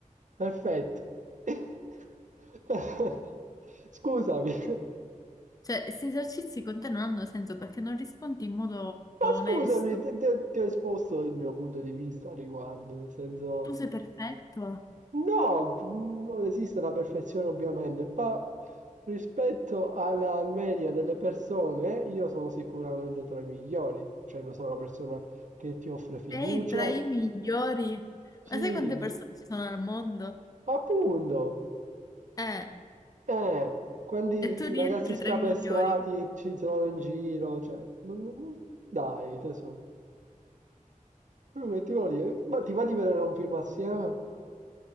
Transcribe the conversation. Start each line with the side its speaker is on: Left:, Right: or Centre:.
Right: Perfetto. <laughs> Scusami.
Left: Cioè, questi esercizi con te non hanno senso perché non rispondi in modo
Right: Ma
Left: onesto.
Right: scusami, ti, ti- ti ho esposto il mio punto di vista a riguardo, nel senso...
Left: Tu sei perfetto,
Right: No, non esiste la perfezione ovviamente, ma rispetto alla media delle persone, io sono sicuramente tra i migliori, cioè non sono una persona che ti offre fiducia.
Left: sei tra i migliori.
Right: Sì,
Left: Ma sai quante persone ci sono al mondo?
Right: appunto.
Left: Eh.
Right: Eh, quando i
Left: E tu rientri
Right: ragazzi scapestrati
Left: tra i migliori.
Right: ci sono in giro, cioè, non- non- dai, tesoro. Che ti voglio dire? Ma ti va di vedere un film assieme?